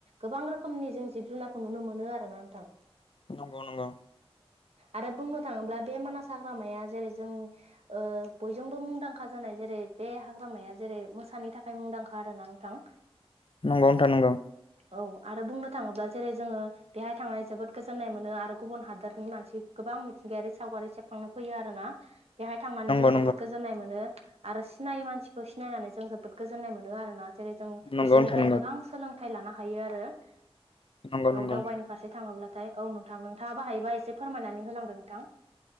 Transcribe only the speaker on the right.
गोबां रोखोमनि जों जिब जुनारखौ नुनो मोनो आरोना नोंथां।
आरो बुंनो थाङोब्ला बे मानास हाग्रामाया जेरै जोंनि ओ बयजोंबो मुंदांखा जानाय जेरै बे हाग्रामाया जेरै मोसानि थाखाय मुंदांखा आरोोना नोंथां।
औ आरो बुंनो थाङोब्ला जेरै जोङो बेहाय थांनानै जोबोद गोजोन्नाय मोनो आरो गुबुन हादोरनि मानसि गोबां मिथिंगायारि सावगारि सेबखांनो फैयो आरो ना। बेहाय थांनानै जों
जोबोद गोजोननाय मोनो आरो सिनायै मानसिखौ सिनायनानै जों जोबोद गोजोननाय मोनो आरोना। जेरै जों
बिसोरनिफ्राय
गोबां सोलोंथाइ लानो हायो आरो औ
दावबायनो फारसे थाङोब्ला थाय औ नोंथां नोंथाङा बाहायोबा एसे फोरमायनानै होलांदों नोंथां।